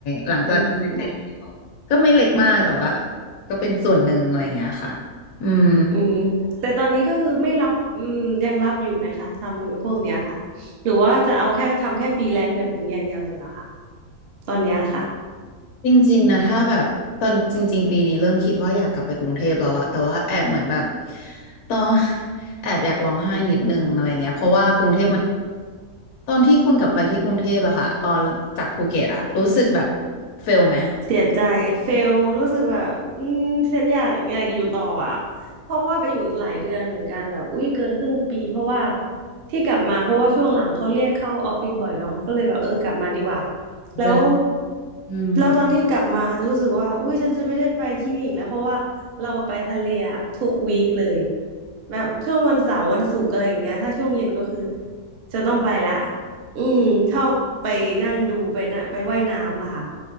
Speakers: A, on the left (about 75°); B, on the right (about 50°).
A: หลังจากขายเสร็จแล้วก็ไม่เล็กมากแต่ว่า
B: อืม
A: ก็เป็นส่วนหนึ่งอะไรอย่างเงี้ยค่ะอืม
B: อืมแต่ตอนนี้ก็คือไม่รับอืมยังรับอยู่ไหมคะทำพวกเนี้ยค่ะหรือว่าจะเอาแค่ทำแค่ฟรีแลนซ์แบบนี้อย่างเดียวเลยเหรอคะตอนเนี้ยค่ะ
A: จริงๆนะถ้าแบบตอนจริงๆปีนี้เริ่มคิดว่าอยากกลับไปกรุงเทพแล้วอะแต่ว่าแอบเหมือนแบบตอน <laughs> แอบอยากร้องไห้นิดนึงอะไรเงี้ยเพราะว่ากรุงเทพมันตอนที่คุณกลับไปที่กรุงเทพอะค่ะตอนจากภูเก็ตอะรู้สึกแบบเฟลไหม
B: เสียใจเฟลรู้สึกแบบอืมฉันอยากอยากอยู่ต่ออ่ะเพราะว่าไปอยู่หลายเดือนเหมือนกันแบบอุ้ยเกินครึ่งปีเพราะว่าที่กลับมาเพราะว่าช่วงหลังเขาเรียกเข้าออฟฟิศบ่อยเนาะก็เลยแบบเออกลับมาดีกว่าแล้ว
A: เดินอืม
B: แล้วตอนที่กลับมาจะรู้สึกว่าอุ้ยฉันจะไม่ได้ไปที่นี่อีกแล้วเพราะว่าเราไปทะเลอะทุกวีคเลยแบบช่วงวันเสาร์วันศุกร์อะไรอย่างเงี้ยถ้าช่วงเย็นก็คือจะต้องไปละอืมชอบไปนั่งดูไปนะไปว่ายน้ำอะค่ะ